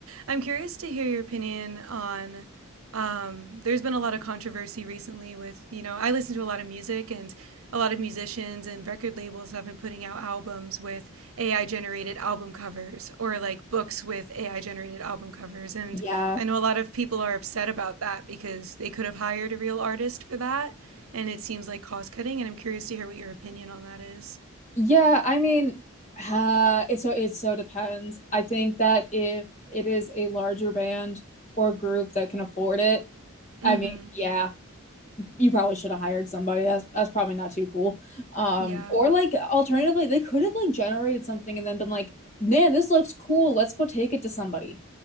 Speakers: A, on the right; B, on the left.
A: I'm curious to hear your opinion on. Um, there's been a lot of controversy recently with, you know, I listen to a lot of music and a lot of musicians and record labels have been putting out albums with AI generated album covers or like books with AI generated album covers. And
B: Yeah.
A: I know a lot of people are upset about that because they could have hired a real artist for that. And it seems like cost cutting. And I'm curious to hear what your opinion on that is.
B: Yeah, I mean, uh, it so it so depends. I think that if it is a larger band or group that can afford it,
A: Mm
B: I mean,
A: hmm.
B: yeah, you probably should have hired somebody. That's that's probably not too cool. Um,
A: Yeah.
B: or like alternatively, they could have like generated something and then been like, man, this looks cool. Let's go take it to somebody